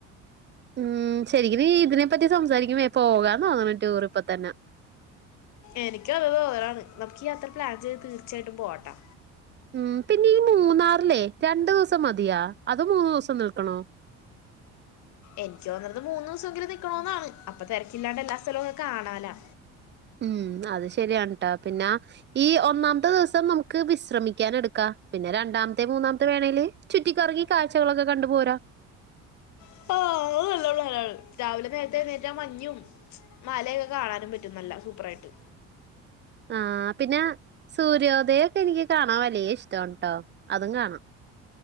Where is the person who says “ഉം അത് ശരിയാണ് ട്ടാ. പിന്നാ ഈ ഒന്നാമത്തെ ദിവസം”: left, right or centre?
Right